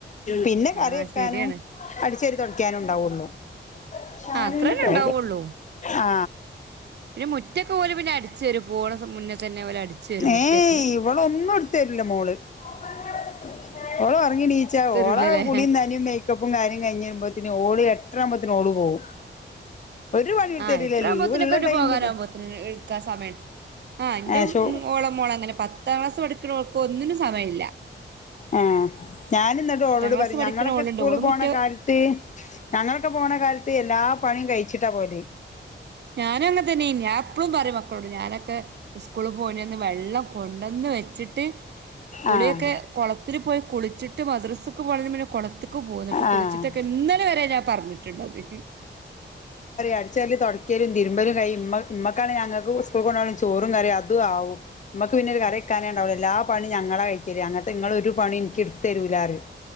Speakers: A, on the left; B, on the right.
A: പിന്നെ കറി
B: ആഹ്
A: വെക്കാനും
B: ശരിയാണ്
A: അടിച്ചാരി തൊടക്കാനും ഉണ്ടാവുള്ളു ഷാനുന്ട്ടോ
B: ആ അത്രന്നെ ഉണ്ടാവുള്ളൂ
A: ആ
B: മുറ്റൊക്കെ ഓര് പിന്നെ അടിച്ചു അടിച്ചേരും പോണ മുന്നെ തന്നെ അവര് അടിചേരും മുറ്റൊക്കെ
A: ഏയ് ഇവളൊന്നും എടുത്തരില്ല മോള് <unintelligible> ഓള് ഉറങ്ങിണീച്ചു
B: എടുത്തരൂലല്ലേ
A: ഓള കുളിയും നനേം മേക്കപ്പും കാര്യം കഴിഞ്ഞഞ് വരുമ്പോതേനും ഓള് എത്രാമ്പതേനും ഓള് പോവും ഒരു പണീം എടുത്തരില്ല
B: ആഹ് എട്ടരാവുമ്പോത്തിനൊക്കെ
A: ലീവള്ള
B: അവര്
A: ടൈമില്
B: പോകാനാവുമ്പോത്തിന് എടുക്കാൻ സമയം ആഹ് എന്റെ
A: ഏഹ് ഷോ
B: ഓള മോള അങ്ങനെ പത്താം ക്ലാസ് പഠിക്കുണോൾക്ക് ഒന്നിനും സമയില്ല
A: ആ ഞാനിന്നിട്ട് ഓടോട്
B: ക്ലാസ്
A: പറയും
B: പഠിക്കുന്ന
A: ഞങ്ങളൊക്കെ
B: ഓളുണ്ട്
A: സ്കൂള്
B: ഓള്
A: പോണ
B: മുറ്റ
A: കാലത്ത് ഞങ്ങളൊക്കെ പോണ കാലത്ത് എല്ലാ പണിയും കഴിച്ചിട്ടാ പോല്
B: ഞാനും അങ്ങനെ തന്നയെയാ ഞാ എപ്പഴും പറയും മക്കളോട് ഞാനൊക്കെ സ്കൂള് പോയി വെള്ളം കൊണ്ടന്ന് വെച്ചിട്ട് കുളിയൊക്കെ
A: ആഹ്
B: കൊളത്തിലു പോയി കുളിച്ചിട്ട് മദ്രസ്സ് പോ പിന്നെ കൊളത്തക്ക് പോന്നിട്ട്
A: ആഹ്
B: കുളിച്ചിട്ടൊക്കെ ഇന്നല വരെ ഞാൻ പറഞ്ഞിട്ടുണ്ട്ത്
A: അടിച്ചുവരല് തോടക്കല് തിരുമ്പലുംകയ്യും മ്മ മ്മക്കണേൽ ഞങ്ങൾക്കും സ്കൂൾക്ക് കൊണ്ടാവാൻള്ളെ ചോറും കറീം അതും ആവും മ്മക്ക് പിന്നെരു കറിവെക്കാനെ എല്ലാ പണീം ഞങ്ങള കഴിക്കല് അങ്ങനത്തെ ഇങ്ങൾ ഒരു പണീം ഇനിക്ക് എടുത്തരൂലാറിയും